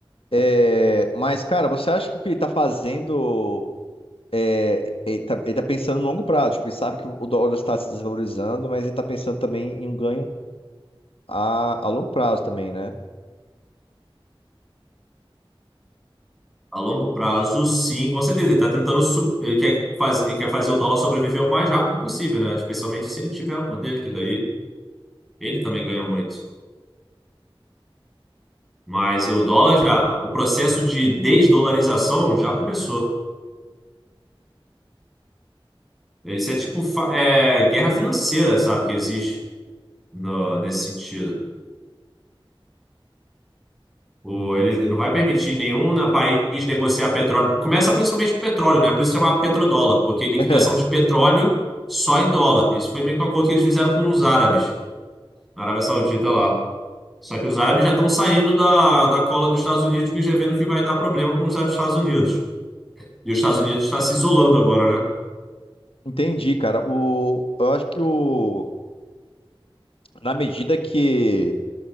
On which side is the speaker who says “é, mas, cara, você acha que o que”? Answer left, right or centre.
Left